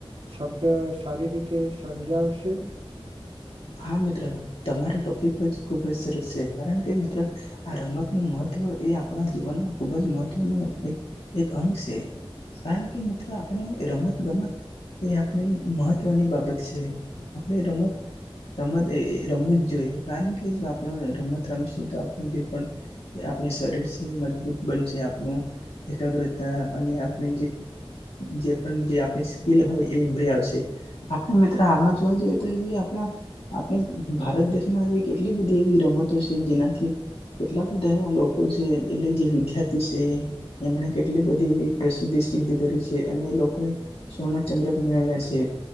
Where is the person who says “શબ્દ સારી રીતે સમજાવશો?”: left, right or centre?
Right